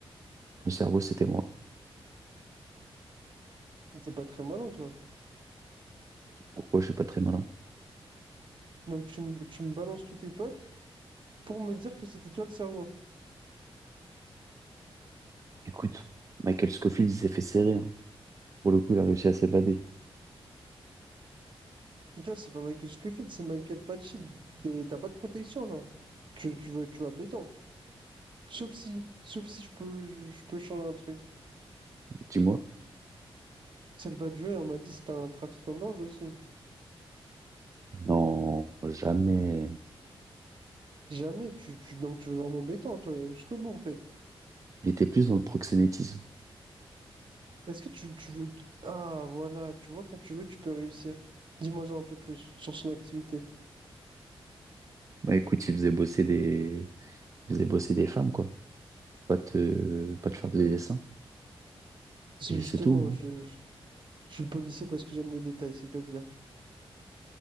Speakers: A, on the right; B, on the right.
A: Le cerveau, c'était moi.
B: C'est pas très malin, toi.
A: Pourquoi je suis pas très malin?
B: Donc tu, me- tu me balances tous tes potes pour me dire que c'était toi le cerveau.
A: Écoute, Michael Scofield, il s'est fait serrer. hein. Pour le coup, il a réussi à s'évader.
B: Gars, c'est pas Michael Scofield, c'est Michael Patchild. T'es- T'as pas de protection là. Tu, tu vas, tu vas béton. Sauf si, sauf si je peux, je, je peux changer un truc.
A: Dis-moi.
B: Celle va jouer, on m'a dit c'était un trafic en drogue aussi.
A: Non, jamais.
B: Jamais, tu, tu, donc tu veux vraiment béton, toi, jusqu'au bout en fait.
A: Il était plus dans le proxénétisme.
B: Est-ce que tu, tu veux. Ah voilà, tu vois, quand tu veux, tu peux réussir. Dis-moi ça un peu plus sur son activité.
A: Bah écoute, il faisait bosser des, il faisait bosser des femmes, quoi. Pas te, pas te faire des dessins.
B: C'est
A: Et
B: justement,
A: c'est tout. hein.
B: je, je, je suis policier parce que j'aime le détail, c'est-à-dire.